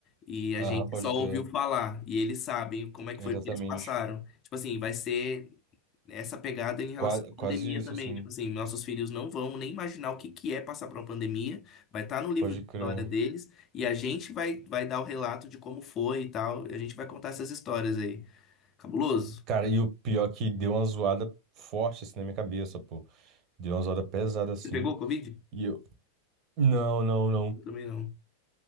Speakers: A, on the left; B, on the right.
A: e a
B: Aham,
A: gente
B: pode
A: só ouviu
B: crer.
A: falar e eles sabem como é que
B: Exatamente.
A: foi que eles passaram. Tipo assim, vai ser. essa pegada em relação
B: Qua-
A: à
B: quase
A: pandemia
B: isso,
A: também.
B: assim.
A: Tipo assim, nossos filhos não vão nem imaginar o que que é passar por uma pandemia, vai estar no livro
B: Pode
A: de
B: crer.
A: história deles e a gente vai, vai dar o relato de como foi e tal. e a gente vai contar essas histórias aí. Cabuloso.
B: Cara, e o pior é que deu uma zoada forte assim na minha cabeça, pô. Deu uma zoada pesada assim.
A: Você pegou Covid?
B: E eu. Não, não, não.
A: Eu também não.